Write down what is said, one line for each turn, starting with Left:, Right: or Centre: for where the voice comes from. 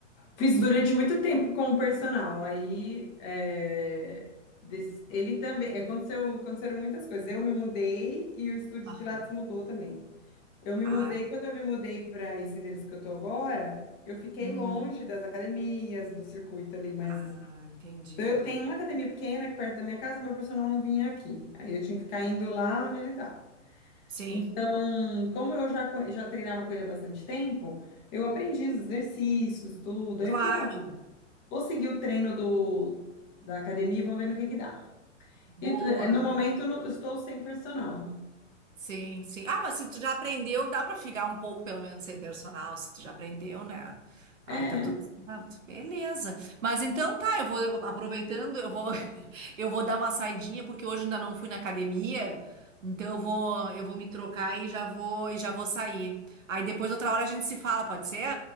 Left: Fiz durante muito tempo com o personal, aí é, des- ele também, aconteceu, aconteceram muitas coisas. Eu me mudei e o estúdio
Right: Aham.
Left: de Pilates mudou também. Eu me
Right: Ah,
Left: mudei, quando eu me mudei para esse endereço que eu tô agora, eu fiquei
Right: hum.
Left: longe das academias, do circuito ali, mas
Right: Ah, entendi.
Left: eu tenho uma academia pequena aqui perto da minha casa, meu personal não vinha aqui. Aí eu tinha que ficar indo lá onde ele estava.
Right: Sim,
Left: Então, como eu já, co- já treinava com ele há bastante tempo, eu aprendi os exercícios, tudo.
Right: claro.
Left: Aí eu falei, ah, vou seguir o treino do, da academia e vamos ver no que que dá.
Right: Boa.
Left: E tu- eh, no momento eu não- eu estou sem personal.
Right: Sim, sim. Ah, mas se tu já aprendeu, dá pra ficar um pouco, pelo menos, sem personal, se tu já aprendeu, né? Ai,
Left: É,
Right: tá tudo certo. Beleza. Mas então tá, eu vou aproveitando, eu vou <laughs> eu vou dar uma saidinha porque hoje ainda não fui na academia. Então eu vou eu vou me trocar e já vou e já vou sair. Aí depois outra hora a gente se fala, pode ser?